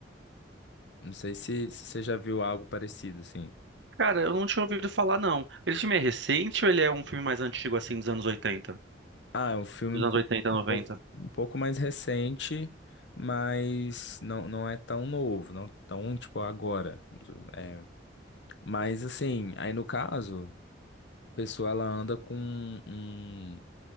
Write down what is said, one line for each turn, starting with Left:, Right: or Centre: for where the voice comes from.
Left: Não sei se, se você já viu algo parecido assim.
Right: Cara, eu não tinha ouvido falar não. Esse filme é recente ou ele é um filme mais antigo, assim, dos anos oitenta,
Left: Ah, é um filme
Right: Dos
Left: um
Right: anos
Left: pouco,
Right: oitenta
Left: um
Right: noventa?
Left: pouco, um pouco mais recente, mas não, não é tão novo, não tão tipo agora. É, mas assim, aí no caso, a pessoa ela anda com um